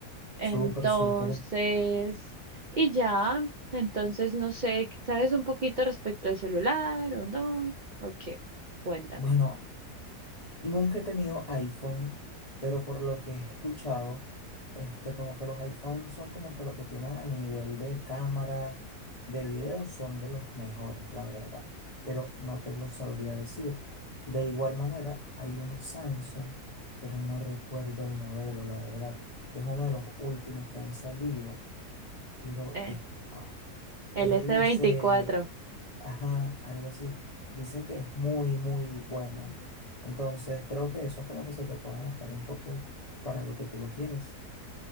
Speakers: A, on the right; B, on the left.
A: Entonces,
B: súper, súper.
A: y ya, entonces no sé, ¿sabes un poquito respecto al celular o no? Ok, cuéntame.
B: Bueno, Nunca he tenido iPhone, pero por lo que he escuchado, este, como que los iPhones son como que lo que tienen a nivel de cámara, de video, son de los mejores, la verdad. Pero no te lo sabría decir. De igual manera, hay unos Samsung, pero no recuerdo el modelo, la verdad, que es uno de los últimos que han salido pero
A: Eh,
B: de, ah,
A: el
B: LC,
A: s veinticuatro
B: ajá, algo así. Dicen que es muy, muy bueno. Entonces, creo que eso es como que se te puede adaptar un poco para lo que tú lo quieres.